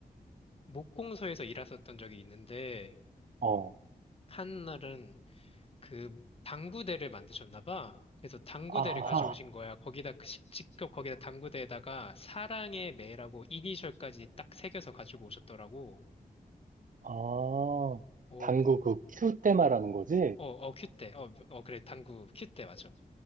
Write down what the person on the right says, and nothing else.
어
아,
아,
당구
그 큐 때 말하는 거지?